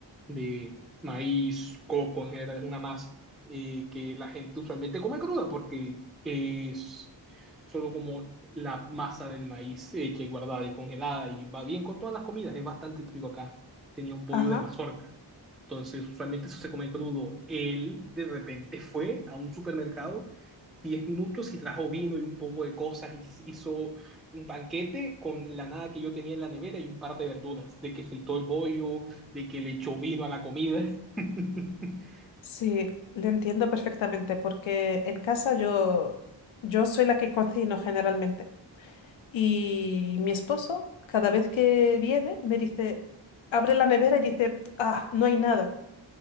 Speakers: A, in the centre; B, on the left (about 85°).
A: de maíz, coco en general, es una masa eh, que la gente usualmente come cruda porque es solo como la masa del maíz hecha que guardada y congelada y va bien con todas las comidas, es bastante típico acá. Tenía un bollo
B: ajá.
A: de mazorca. Entonces, usualmente eso se come crudo. Él de repente fue a un supermercado 10 minutos y trajo vino y un poco de cosas y hizo un banquete con la nada que yo tenía en la nevera y un par de verduras, de que fritó el bollo, de que le echó vino a la comida. <laughs>
B: Sí, le entiendo perfectamente porque en casa yo, yo soy la que cocino generalmente y mi esposo cada vez que viene me dice, abre la nevera y dice, ah, no hay nada.